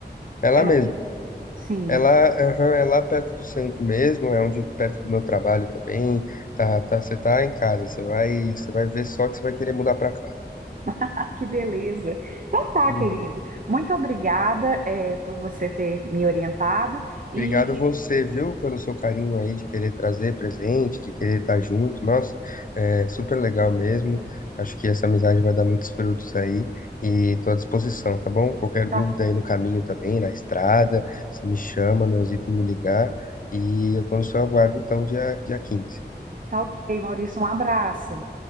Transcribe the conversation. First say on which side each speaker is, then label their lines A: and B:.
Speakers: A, on the left; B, on the right.
A: é lá
B: é na-
A: mesmo.
B: Sim,
A: É lá, aham, é lá perto do centro mesmo, é onde perto do meu trabalho também. Tá, tá, você tá em casa, você vai, você vai ver só que você vai querer mudar pra cá.
B: ah, que beleza. Então tá,
A: Uhum.
B: querido. Muito obrigada, é, por você ter me orientado. E
A: Obrigado você, viu, pelo seu carinho aí de querer trazer presente, de querer estar junto. Nossa, é super legal mesmo. Acho que essa amizade vai dar muitos frutos aí e tô à disposição, tá bom? Qualquer
B: tá,
A: dúvida aí no caminho também, na estrada, você me chama, não hesite em me ligar. E eu tô no seu aguardo então, dia, dia 15.
B: tá ok, Maurício. Um abraço.